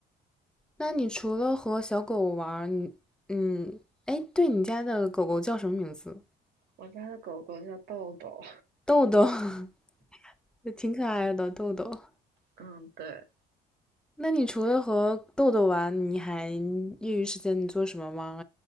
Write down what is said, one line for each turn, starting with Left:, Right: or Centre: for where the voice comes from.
Centre: 那你除了和小狗玩儿你嗯，哎，对你家的狗狗叫什么名字？
Right: 我家的狗狗叫豆豆，
Centre: 豆豆，<laughs> 也挺可爱的豆豆。
Right: 嗯，对，
Centre: 那你除了和豆豆玩，你还业余时间你做什么吗？